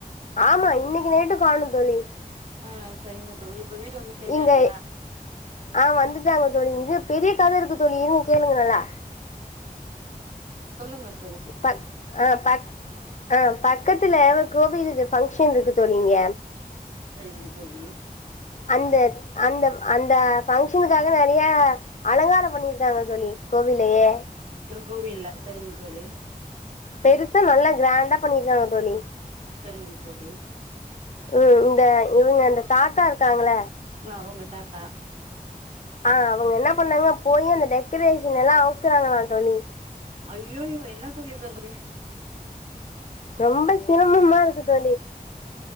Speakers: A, on the left (about 50°); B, on the right (about 45°).
A: ஆமா இன்னைக்கு நைட்டு காணோ தோழி
B: ஆ செரிங்க தோழி இப்ப வீடு வந்து சேர்ந்தார்களா
A: இங்க ஆ வந்துட்டாங்க தோழி இது பெரிய கத இருக்கு தோழி இருங்க கேளுங்க நல்லா
B: சொல்லுங்கள்
A: பக் ஆ பக் ஆ பக்கத்துல கோவிலுக்கு பங்க்ஷன் இருக்கு தோழி இங்க
B: செரிங்க தோழி
A: அந்த அந்த அந்த ஃபங்க்ஷனுக்காக நெறைய அலங்காரம் பண்ணிருக்காங்க தோழி கோவிலையே
B: கோவில்ல செரிங்க தோழி
A: பெருசா நல்லா கிராண்டா பண்ணிருக்காங்க தோழி
B: செரிங்க தோழி
A: ம் இந்த இவங்க இந்த தாத்தா இருக்காங்கள
B: ஆ உங்க தாத்தா
A: ஆ அவுங்க என்ன பண்ணாங்க போயி அந்த டெகாரேஷன் எல்லா அவுக்கறாங்களா தோழி
B: அய்யோயோ என்னா தோழி சொல்றீங்க
A: ரொம்ப சிரம்மமா இருக்கு தோழி